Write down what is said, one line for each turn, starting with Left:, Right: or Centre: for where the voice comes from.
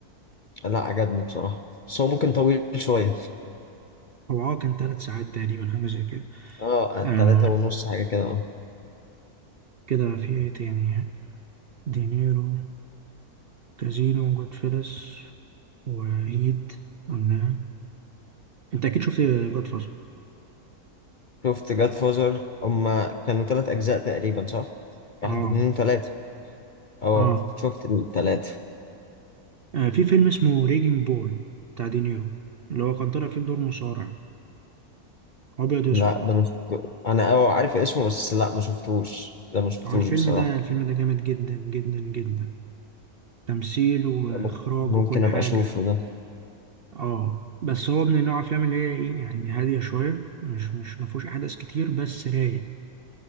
Left: لا عجبني بصراحة بس هو ممكن طويل شوية
Right: هو اه كان ثلاث ساعات تقريبا حاجة زي كده
Left: اه
Right: آه
Left: تلاتة ونص حاجة كده اه
Right: كده في ايه تاني دينيرو كازينو جود فيلس وهيد قلنا انت اكيد شفت جود فازر
Left: شفت جاد فازر هما كانوا تلات أجزاء تقريبا صح؟
Right: اه
Left: واحد اتنين تلاتة اه
Right: اه
Left: شفت التلاتة
Right: آه، في فيلم اسمه ريجينج بول بتاع دينيرو اللي هو كان طالع فيه بدور مصارع ابيض واسود
Left: لا ده ما شفته أنا اه عارف اسمه بس لا ما شفتوش ده ما شفتوش
Right: هو الفيلم
Left: بصراحة
Right: ده الفيلم ده جامد جدا جدا جدا تمثيل واخراج
Left: ده مم- ممكن
Right: وكل
Left: أبقى
Right: حاجة
Left: أشوفه ده
Right: اه بس هو من النوع افلام اللي هي ايه يعني هاديه شويه مش مش ما فيهوش احداث كتير بس رايق